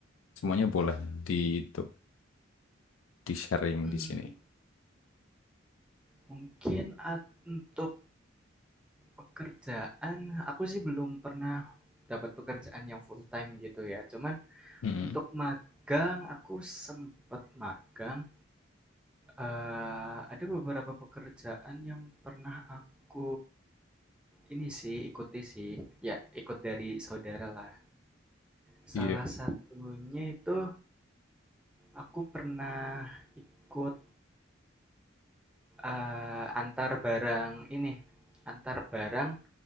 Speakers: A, on the left; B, in the centre.
A: semuanya boleh di itu di sharing
B: Mmm,
A: di sini.
B: mungkin at untuk pekerjaan, aku sih belum pernah dapat pekerjaan yang full time gitu ya. Cuman
A: Mm-mm.
B: untuk magang, aku sempat magang, eee, ada beberapa pekerjaan yang pernah aku ini sih, ikuti sih, ya ikut dari saudara lah. Salah
A: Iya.
B: satunya itu aku pernah ikut eee, antar barang ini, antar barang